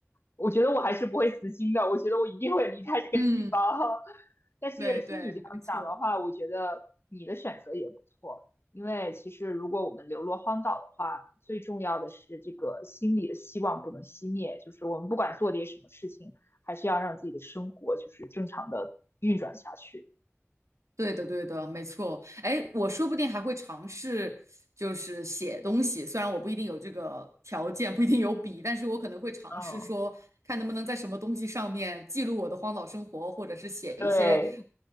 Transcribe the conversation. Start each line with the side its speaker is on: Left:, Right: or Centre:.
Left: 我觉得我还是不会死心的，我觉得我一定会离开这个地方。
Right: 嗯，
Left: <laughs> 但是听你这样讲的话，
Right: 对对，没错，
Left: 我觉得你的选择也不错，因为其实如果我们流落荒岛的话，最重要的是这个心里的希望不能熄灭，就是我们不管做点什么事情，还是要让自己的生活就是正常的运转下去。
Right: 对的对的，没错。哎，我说不定还会尝试就是写东西，虽然我不一定有这个条件，不一定有笔，但是我可能会尝试说，
Left: 嗯
Right: 看能不能在什么东西上面记录我的荒岛生活，或者是写一些。
Left: 对，